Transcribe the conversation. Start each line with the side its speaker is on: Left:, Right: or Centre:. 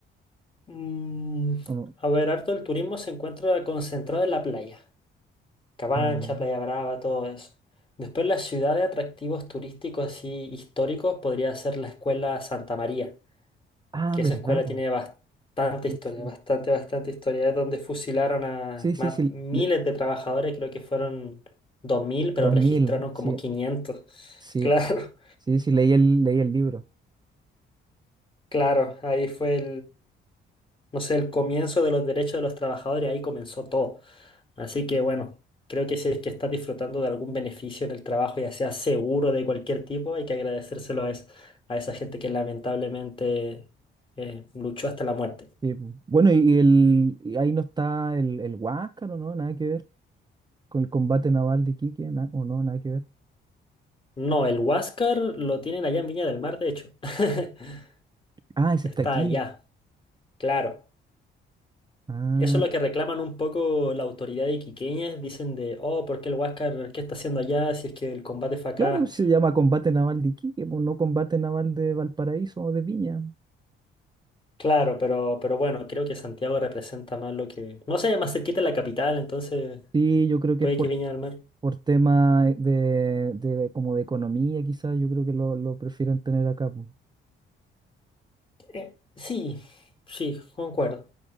Left: Mm,
Right: ¿o no?
Left: a ver, harto el turismo se encuentra concentrado en la playa. Cabancha,
Right: Ah, ya.
Left: Playa Brava, todo eso. Después la ciudad de atractivos turísticos así históricos podría ser la escuela Santa María,
Right: Ah,
Left: que
Right: ¿verdad,
Left: esa escuela
Right: po?
Left: tiene bastante
Right: Sí,
Left: historia,
Right: sí.
Left: bastante, bastante historia. Es donde fusilaron a
Right: Sí, sí,
Left: más,
Right: sí,
Left: miles
Right: le-
Left: de trabajadores, creo que fueron 2.000 pero
Right: dos
Left: registraron
Right: mil sí,
Left: como quinientos <laughs>
Right: sí,
Left: Claro,
Right: sí, sí, leí el, leí el libro.
Left: claro, ahí fue no sé, el comienzo de los derechos de los trabajadores, ahí comenzó todo. Así que bueno, creo que si es que estás disfrutando de algún beneficio en el trabajo, ya sea seguro de cualquier tipo, hay que agradecérselo a, es- a esa gente que lamentablemente eh, luchó hasta la muerte.
Right: Sí, po. Bueno, y, y el, y ahí no está el, el Huáscar, ¿o no? Nada que ver con el combate naval de Iquique, na- ¿o no? Nada que ver.
Left: No, el Huáscar lo tienen allá en Viña del Mar, de hecho. <laughs>
Right: Ah, ese
Left: Está
Right: está aquí.
Left: allá, claro.
Right: Ah,
Left: Eso es lo que reclaman un poco la autoridad de Iquiqueñas. Dicen de, oh, ¿por qué el Huáscar, qué está haciendo allá si es que el combate fue acá?
Right: claro, se llama combate naval de Iquique, po, no combate naval de Valparaíso o de Viña.
Left: Claro, pero, pero bueno, creo que Santiago representa más lo que... No sé, más cerquita de la capital, entonces
Right: Sí, yo creo que
Left: puede
Right: es por
Left: que Viña del Mar...
Right: por tema de, de- como de economía, quizás yo creo que lo, lo prefieren tener acá. po.
Left: Eh, sí, sí, concuerdo.